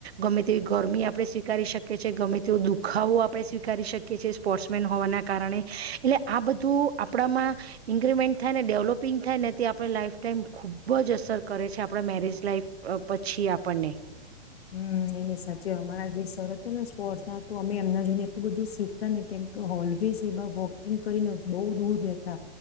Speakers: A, on the right (about 85°); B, on the left (about 80°).
A: ગમે તેવી ગરમી આપણે સ્વીકારી શકીએ છીએ ગમે તેવો દુખાવો આપણે સ્વીકારી શકીએ છએ સ્પોર્ટ્સમેન હોવાના કારણે એટલે આ બધું આપણામાં ઈન્ક્રીમેન્ટ થાય ને ડેવલોપિંગ થાય ને તે આપણે લાઈફ ટાઈમ ખૂબ જ અસર કરે છે આપણા મેરેજ લાાઈફ પછી આપણને
B: હમ એ ન સાચ અમારા જે સર હતાને સ્પોર્ટ્ ના તો અમે એમના જોઈને એટલું બધું શીખતા ને કેમ ઓલવેઝ એ વોકિંગ કરીને બહુ દૂર રહેતા